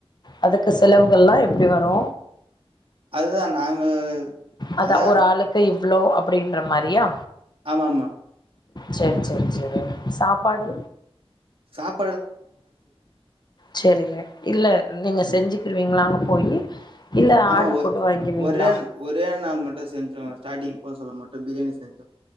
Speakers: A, on the left; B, on the right.
A: அதுக்கு செலவுகள்ல்லா எப்பிடி வரு
B: அததா நாங்க
A: அதா
B: அதான்
A: ஒரு ஆளுக்கு இவ்ளோ அப் அப்டின்ற மாரியா
B: ஆமா ஆமா
A: செரி செரி செரி சாப்பாடு
B: சாப்
A: சேரிங்க இல்ல நீங்க செஞ்சு திருவீங்களா அங்க போயி இல்ல
B: ஆமா
A: ஆர்டர்
B: ஒ
A: போட்டு வாங்கிருவீங்களா
B: ஒரே ஒரே நாள் மட்டு செஞ்சோ ஸ்டார்ட்டிங் போ சொல்ல மட்டு பிரியாணி செஞ்சு